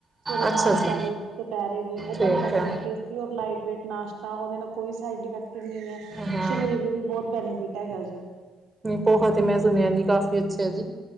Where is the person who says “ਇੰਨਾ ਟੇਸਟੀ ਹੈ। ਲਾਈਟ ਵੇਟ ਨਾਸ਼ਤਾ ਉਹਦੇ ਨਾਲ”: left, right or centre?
Right